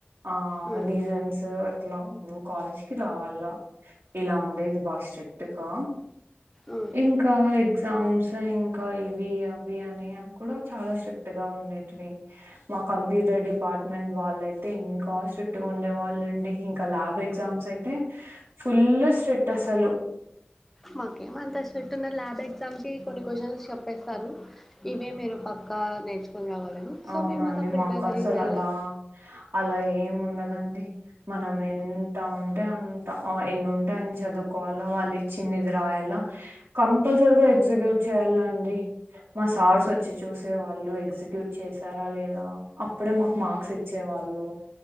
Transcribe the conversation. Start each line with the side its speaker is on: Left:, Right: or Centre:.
Right: ఆ
Centre: మ్మ్
Right: రీజన్స్ అట్లా నువ్వు కాలేజ్ కి రావాలా ఇలా ఉండేది బాగా స్ట్రిక్ట్ గా
Centre: మ్మ్
Right: ఇంకా ఎగ్జామ్స్ ఇంకా ఇవి అవి అని కూడా చాలా స్ట్రి క్ట్ గా ఉండేటివి మా కంప్యూటర్ డిపార్ట్మెంట్ వాళ్ళయితే ఇంకా స్ట్రిక్ట్ గా ఉండే వాళ్ళ అండి ఇంకా ల్యాబ్ ఎగ్జామ్స్ అయితే ఫుల్ స్ట్రీట్ అసలు
Centre: మాకే ఎం అంత స్రిక్ట్ ల్యాబ్ ఎగ్జామ్ కి కొన్ని క్వశ్చన్స్ చెప్పేస్తారు ఇవే మీరు పక్క ఇంకా నేర్చుకొని రావాలని
Right: అవునా
Centre: సో మేము
Right: అండి
Centre: అలా ప్రిపేర్
Right: మాకు అసలు
Centre: అయ్యి వెళ్ళాం
Right: అలా అలా ఏం ఉండదండి మనం ఎంత అంటే అంత ఆ ఎన్ని ఉంటే అని చదువుకోవాల వాళ్ళు ఇచ్చింది ఇది రాయల కంపల్సరిగా ఎగ్జిక్యూట్ చేయాలండి మా సార్స్ వచ్చి చూసే వాళ్ళు ఎగ్జిక్యూ చేసారా లేదా అప్పుడే మాకు మార్క్స్ ఇచ్చే వాళ్ళు